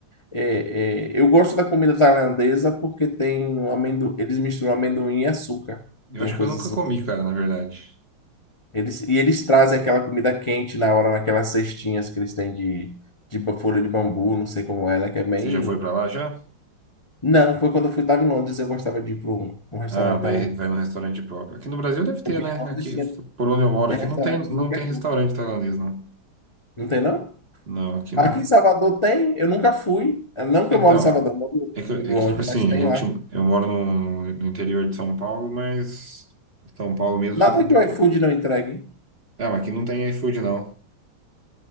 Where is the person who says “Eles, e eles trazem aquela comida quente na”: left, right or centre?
Left